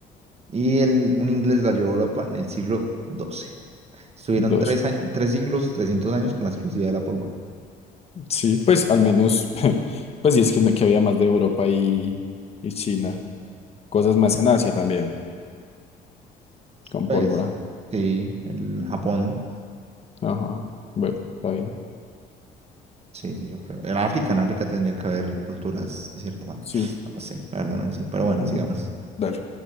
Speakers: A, on the right (about 40°); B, on the left (about 35°).
A: Y el, un inglés la llevó a Europa en el siglo 12. Estuvieron
B: dos.
A: tres, años, tres siglos, 300 años con la exclusividad de la pólvora.
B: Sí, pues al menos, <laughs> pues sí es que, no- que había más de Europa y, y China. Cosas más en Asia también, con
A: Pues,
B: pólvora.
A: sí, el Japón.
B: Ajá. Bueno, está bien.
A: Sí, sí, yo creo. En África, en África tendrían que haber culturas de cierta manera.
B: Sí.
A: No lo sé, la verdad no lo sé. Pero bueno,
B: Ujú.
A: sigamos.
B: Dale.